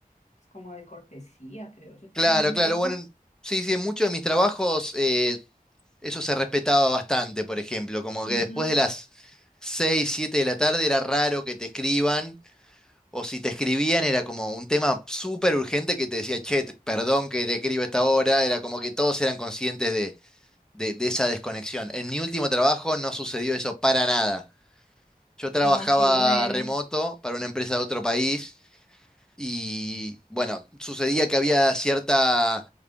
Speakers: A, on the left; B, in the centre.
A: pues, como de cortesía, creo yo también
B: Claro,
A: un
B: claro.
A: poco.
B: Bueno, sí, sí, en muchos de mis trabajos eh, eso se respetaba bastante, por ejemplo. Como que
A: Ujú.
B: después de las 6, 7 de la tarde era raro que te escriban. O si te escribían era como un tema súper urgente que te decía, che, te- perdón que te escribo a esta hora. Era como que todos eran conscientes de, de de esa desconexión. En mi último trabajo no sucedió eso para nada. Yo trabajaba
A: Ay, qué bueno,
B: remoto para una empresa de otro país y bueno, sucedía que había cierta